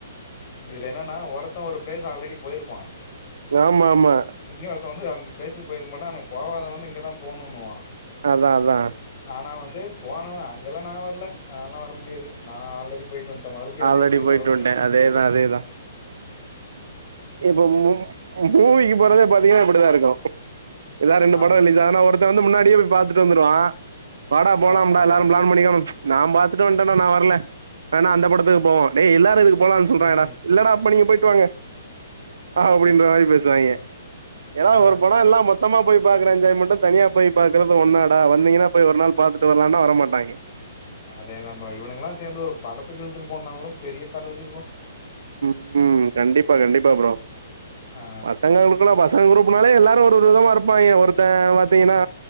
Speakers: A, on the left; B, on the right.
A: இதுல என்னனா ஒருத்த ஒரு பிளேஸ் ஆல்ரெடி போயிருப்பா
B: ஆமாம்மா
A: இன்னொருத்த வந்து அந்த பிளேஸ்சுக்கு போயிருக்க மாட்டா ஆனா போகாதவனு‌ இங்கெ தா போணுணுவா
B: அதா அதா
A: ஆனா வந்து போனவ அங்கெல்லா நா வர்ல நாலா வர முடியாது நா ஆல்ரெடி போயிட்டு வந்ட் டே மறுபடியு
B: ஆல்ரெடி
A: அதே எடத்து
B: போயிட்டு
A: செலவு
B: வன்ட்டே
A: பண்ணிட்டு போக
B: அதேதா
A: முடியாது அப்டின்பா
B: அதேதா இப்ப மூவி மூவிக்கு போறதே பாத்தீங்கனா இப்டித்தா இருக்கு ஏதாவது ரெண்டு
A: ஆமா
B: படம் ரிலீஸ் ஆனா ஒருத்தே வந்து முன்னாடியே போய் பாத்துட்டு வந்துருவா வாடா போலாம்டா
A: ஆமா ப்ரோ
B: எல்லாரு
A: ஆமா
B: பிளான் பண்ணிருக்காங்க நா பாத்துட்டு வன்டேடா நா வரல வேணா அந்த படத்தை அந்த படத்துக்கு போவோ எல்லாரு இது போலானு சொல்றாங்கடா
A: ம்
B: இல்லடா அப்ப நீங்க போய்ட்டு வாங்க அப்டின்ற மாரி பேசுவாங்க
A: அதான் ப்ரோ அதான்
B: ஏன்னா
A: ஆ
B: ஒரு படோ எல்லா மொத்தமா போய் பாக்குற என்ஜாய் மட்டு தனியா போய் பாக்குறது ஒன்னாட வந்தீங்கன்னா போய் ஒரு நாள் பாத்துட்டு வரலானா வர மாட்டாங்க
A: அதேதா ஃப்ரோ இவனுங்கல்லா சேந்து ஒரு படத்துக்கு இழுத்துட்டு போனா கூட பெரிய தலவலி ஃப்ரோ
B: ம் கண்டிப்பா கண்டிப்பா ஃப்ரோ
A: ஆ,
B: பசங்களுகுள்ள பசங்க குரூப்னாலே எல்லாரு ஒரு விதமா இருப்பாய்ங்க ஒருத்தன் பாத்தீங்கன்னா